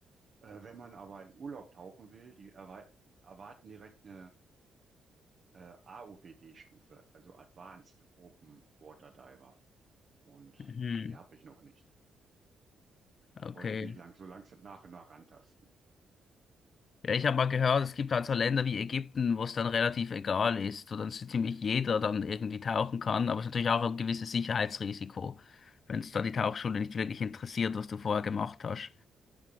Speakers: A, on the right; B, on the left.
A: äh, wenn man aber in Urlaub tauchen will, die, erwar die erwarten direkt eine äh, AOWD-Stufe, also Advanced Open Water Diver. Und
B: Mhm.
A: die habe ich noch nicht. Da
B: Okay.
A: wollte ich mich lang so langsam nach und nach rantasten.
B: Ja, ich habe mal gehört, es gibt halt so Länder wie Ägypten, wo es dann relativ egal ist, wo dann so ziemlich jeder dann irgendwie tauchen kann, aber es ist natürlich auch ein gewisses Sicherheitsrisiko, wenn es da die Tauchschule nicht wirklich interessiert, was du vorher gemacht hast.